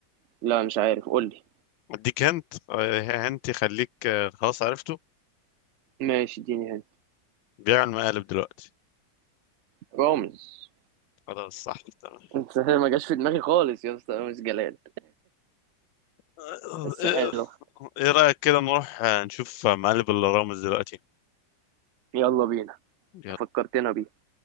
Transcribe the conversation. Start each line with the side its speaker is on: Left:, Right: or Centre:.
Right: لا مش عارف قول لي
Left: اديك هنت آه، هنت يخليك آه، خلاص عرفته
Right: ماشي اديني هنا
Left: بيعمل مقالب دلوقتي
Right: رامز
Left: خلاص صح تمام
Right: <laughs> انت ما جاش في دماغي خالص يا اسطى رامز جلال
Left: آه، آه،
Right: بس حلو
Left: آه، ايه رايك كده نروح آه، نشوف مقالب الرامز دلوقتي
Right: يلا بينا
Left: يلا.
Right: فكرتنا بيه